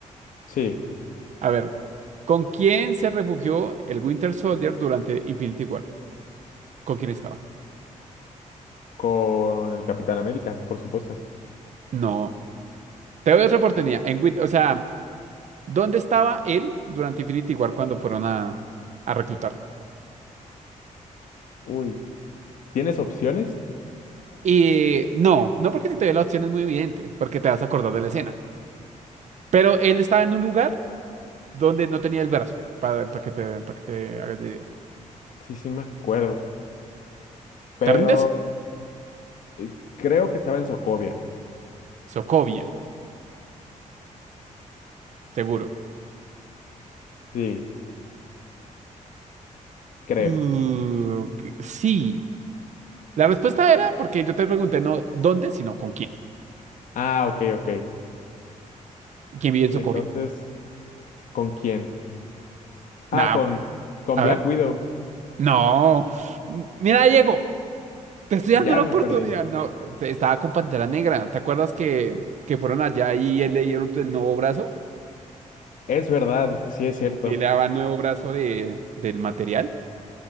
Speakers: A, on the left; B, on the right.
A: Sí,
B: A ver, ¿con quién se refugió el Winter Soldier durante Infinity War? ¿Con quién estaba?
A: con el Capitán América, por supuesto.
B: No. Te doy otra oportunidad. En, Wit- o sea, ¿dónde estaba él durante Infinity War cuando fueron a, a reclutarlo?
A: Uy, ¿tienes opciones?
B: Y no, no porque si te doy la opción es muy evidente, porque te vas a acordar de la escena. Pero él estaba en un lugar donde no tenía el brazo, para, para que te, para que te hagas la idea.
A: Sí, sí me acuerdo, pero
B: ¿Te rindes?
A: eh, creo que estaba en Socovia.
B: Sokovia, seguro.
A: Sí, creo.
B: Uh, ok, Sí. La respuesta era porque yo te pregunté no dónde, sino con quién.
A: Ah, ok, ok.
B: ¿Quién vive en
A: Entonces,
B: Sokovia?
A: ¿con quién?
B: Nada,
A: Ah, con, con
B: a
A: Black
B: ver.
A: Widow.
B: No. M- Mira, Diego. Te estoy dando
A: Ya
B: la
A: me
B: oportunidad.
A: perdí.
B: No, te- estaba con Pantera Negra. ¿Te acuerdas que, que fueron allá y él le dieron el nuevo brazo?
A: Es verdad, sí es cierto.
B: Y le daba el nuevo brazo de, del material,